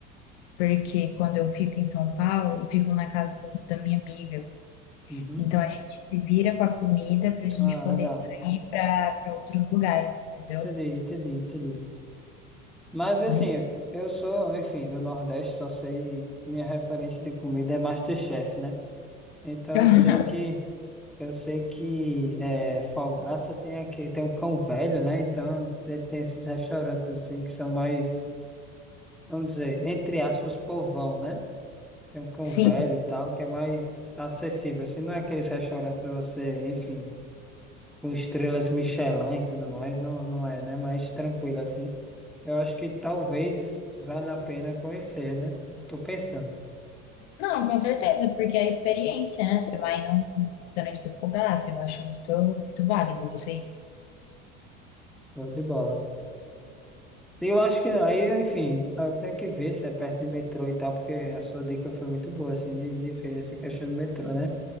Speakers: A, on the left (about 55°); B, in the centre.
A: Porque quando eu fico em São Paulo, eu fico na casa do- da minha amiga.
B: Uhum.
A: Então a gente se vira com a comida pra gente
B: Ah,
A: poder
B: legal.
A: ir pra para outros lugares, entendeu?
B: Entendi, entendi, entendi. Mas assim,
A: A gente...
B: eu sou, enfim, do Nordeste, só sei, minha referência de comida é MasterChef, né? Então
A: <laughs>
B: eu sei que eu sei que é, Falgaça tem aqui, tem um cão velho, né? Então ele tem esses restaurantes assim que são mais, vamos dizer, entre aspas, povão, né? Tem um cão
A: Sim,
B: velho e tal, que é mais acessível, assim, não é aqueles restaurantes que você, enfim. com estrelas Michelin e tudo mais, não, não é, né? Mais tranquilo assim. Eu acho que talvez valha a pena conhecer, né? Tô pensando,
A: não, com certeza, porque é a experiência, né? Você vai num restaurante do Fogaça, eu acho muito, muito válido você ir.
B: show de bola. E Eu acho que aí, enfim, eu tenho que ver se é perto de metrô e tal, porque a sua dica foi muito boa, assim, de, de ver essa questão do metrô, né?